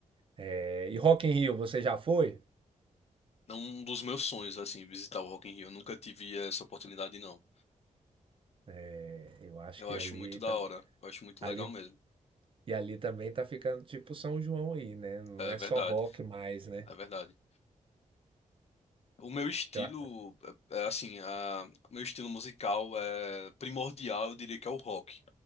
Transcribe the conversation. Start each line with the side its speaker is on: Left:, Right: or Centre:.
Right: É. e Rock in Rio, você já foi?
Left: É um dos meus sonhos, assim, visitar o Rock in Rio. Eu nunca tive essa oportunidade, não.
Right: É, eu acho
Left: Eu
Right: que
Left: acho
Right: ali
Left: muito da
Right: tá
Left: hora. Eu acho muito
Right: ali
Left: legal mesmo.
Right: e ali também tá ficando tipo São João aí, né, não
Left: É
Right: é
Left: verdade.
Right: só rock mais, né.
Left: É verdade. O meu estilo,
Right: Eu a
Left: é, é assim, a, o meu estilo musical é primordial, eu diria que é o rock.